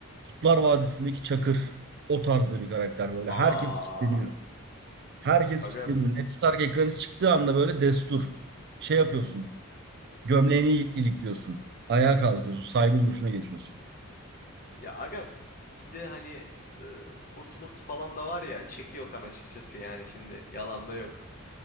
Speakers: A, on the right (about 50°); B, on the left (about 45°).
A: Kurtlar Vadisi'ndeki Çakır o tarzda bir karakter böyle.
B: Aa.
A: Herkes kitleniyor. Herkes
B: Aga
A: kitleniyor. Ned Stark ekranı çıktığı anda böyle destur. Şey yapıyorsun. Gömleğini ilikliyorsun. Ayağa kalkıyorsun. Saygı duruşuna geçiyorsun.
B: ya aga bir de hani e, kurt murt falan da var ya çekiyor kan açıkçası yani şimdi yalan da yok.